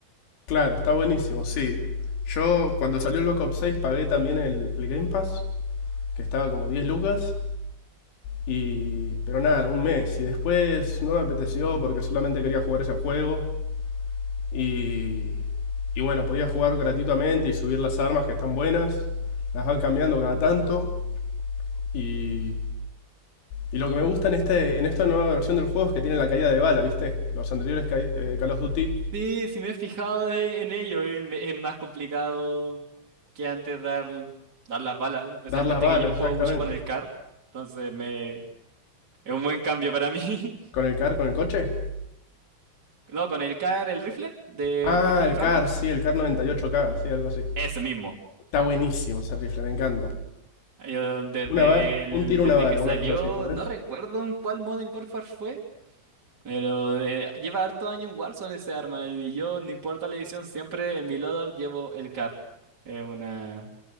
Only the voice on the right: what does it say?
Sí, sí me he fijado de- en ello. y me- Es más complicado que antes dar, dar las balas. Especialmente
que yo
juego mucho con el CAR. Entonces me, es un buen cambio para mí. <laughs>
No, con el CAR, el rifle, de,
que es como
un franco.
Ese mismo.
Yo desde,
el-
desde
que salió,
no
recuerdo en cuál Modern Warfare fue. Pero eh, lleva harto año en Warzone ese arma y yo, no importa la edición, siempre en mi loadout llevo el CAR. Es una...